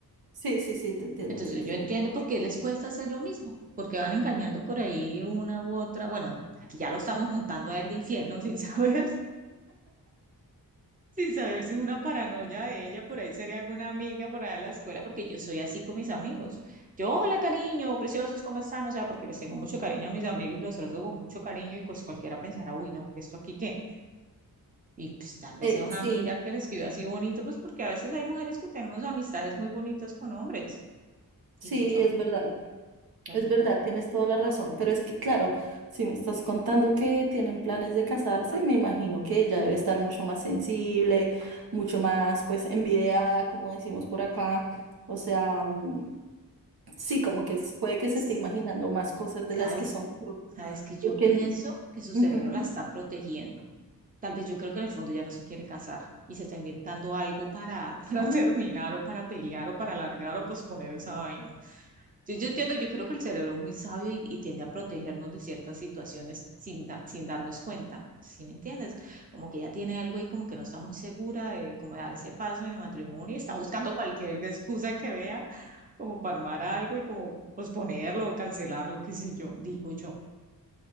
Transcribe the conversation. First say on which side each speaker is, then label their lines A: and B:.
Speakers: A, on the right (about 80°); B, on the right (about 20°).
A: Sí, sí, sí, te entiendo,
B: Entonces
A: te entiendo.
B: yo entiendo por qué les cuesta hacer lo mismo, porque van engañando por ahí una u otra. Bueno, aquí ya lo estamos montando a él de infiel, ¿no? <laughs> Sin saber. Sin saber si es una paranoia de ella, por ahí sería alguna amiga por allá de la escuela, porque yo soy así con mis amigos. Yo, hola cariño, preciosos, ¿cómo están? O sea, porque les tengo mucho cariño a mis amigos y los trato con mucho cariño y pues cualquiera pensará, uy, no, ¿qué esto aquí qué? Y pues tal vez
A: Eh,
B: sea una
A: sí,
B: amiga que le escriba así bonito, pues porque a veces hay mujeres que tenemos amistades muy bonitas con hombres,
A: sí,
B: digo yo.
A: es verdad.
B: Entonces,
A: Es verdad,
B: pero,
A: tienes toda la razón, pero es que claro, si me estás contando que tienen planes de casarse, me imagino que ella debe estar mucho más sensible, mucho más pues envidiada, como decimos por acá. O sea, mm, sí, como que es- puede que
B: pues,
A: se esté imaginando más cosas
B: ¿sabes?
A: de las que son. por-
B: Sabes que yo
A: Porque,
B: pienso que su
A: ujú,
B: cerebro la está protegiendo. Tal vez yo creo que en el fondo ya no se quiere casar y se está inventando algo para, <laughs> para
A: ah,
B: terminar o para pelear o para alargar o posponer esa vaina. Yo, yo entiendo, yo creo que el cerebro es muy sabio y, y tiende a protegernos de ciertas situaciones sin, da- sin darnos cuenta. ¿Sí me entiendes? Como que ya tiene algo ahí como que no está muy segura de cómo dar ese paso de matrimonio y está buscando cualquier excusa que vea como para armar algo y como posponerlo o cancelarlo, qué sé yo, digo yo.